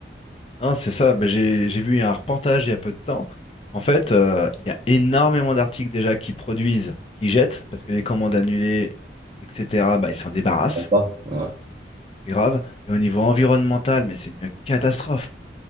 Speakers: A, on the left; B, on the right.
A: Hein, c'est ça. Ben, j'ai j'ai vu un reportage il y a peu de temps. En fait, euh, il y a énormément d'articles déjà qui produisent, qui jettent, parce que les commandes annulées, etc. Bah, ils s'en débarrassent.
B: Bon, Pas, ouais.
A: C'est grave. Et au niveau environnemental, mais c'est une catastrophe.